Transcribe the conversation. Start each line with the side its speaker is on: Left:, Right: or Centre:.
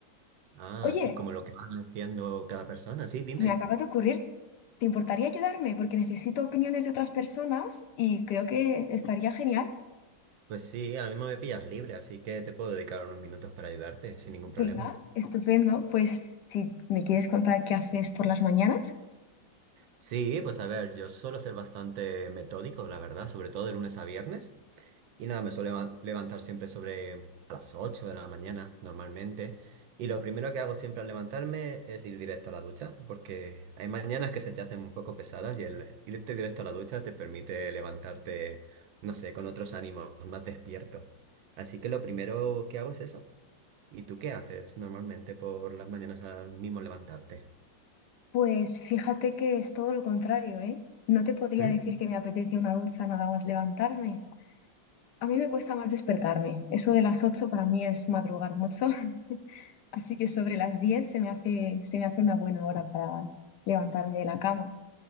Right: Ah,
Left: Oye,
Right: sí, como lo que van haciendo cada persona. Sí, dime.
Left: se me acaba de ocurrir, ¿te importaría ayudarme? Porque necesito opiniones de otras personas y creo que estaría genial.
Right: Pues sí, ahora mismo me pillas libre, así que te puedo dedicar unos minutos para ayudarte, sin ningún problema.
Left: Venga, estupendo. Pues si me quieres contar qué haces por las mañanas,
Right: Sí, pues a ver, yo suelo ser bastante metódico, la verdad, sobre todo de lunes a viernes. Y nada, me suelo leva- levantar siempre sobre a las 8 de la mañana, normalmente. Y lo primero que hago siempre al levantarme es ir directo a la ducha, porque hay mañanas que se te hacen un poco pesadas y el irte directo a la ducha te permite levantarte, no sé, con otros ánimos, más despierto. Así que lo primero que hago es eso. ¿Y tú qué haces normalmente por las mañanas al mismo levantarte?
Left: pues fíjate que es todo lo contrario, ¿eh? No te podría
Right: ¿Mm?
Left: decir que me apetece una ducha nada más levantarme. A mí me cuesta más despertarme. Eso de las 8 para mí es madrugar mucho, <laughs> así que sobre las 10 se me hace, se me hace una buena hora para levantarme de la cama.